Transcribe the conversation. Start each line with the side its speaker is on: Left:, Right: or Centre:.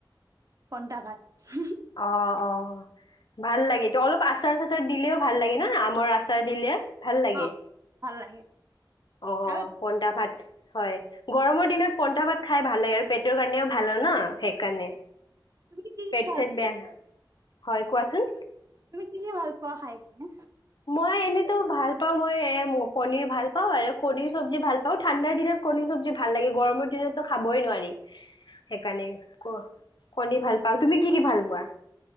Right: পন্তা ভাত। হঁ-।
Left: অ'- অ', ভাল লাগে। ইটো অলপ আচাৰ-চাচাৰ দিলেও ভাল লাগে ন'? আমৰ আচাৰ দিলে। ভাল লাগে।
Right: অ ভাল লাগে
Left: অ'
Right: আৰু
Left: পন্তা ভাত। হয়। গৰমৰ দিনত পন্তা ভাত খাই ভাল লাগে আৰু পেটৰ কাৰণেও ভাল হয় ন', সেইকাৰণে।
Right: তুমি কি ভাল
Left: চেত
Right: পোৱা
Left: বেয়া। হয়, কোৱাচোন।
Right: তুমি কি - কি ভাল পোৱা খাই কেনে?
Left: মই এনেতো ভাল পাওঁ। মই এ- ম- পনীৰ ভাল পাওঁ আৰু কণীৰ চব্জি ভাল পাওঁ। ঠাণ্ডাৰ দিনত কণীৰ চব্জি ভাল লাগে। গৰমৰ দিনততো খাবই নোৱাৰি। সেইকাৰণে ক- কণী ভাল পাওঁ। তুমি কি - কি ভাল পোৱা?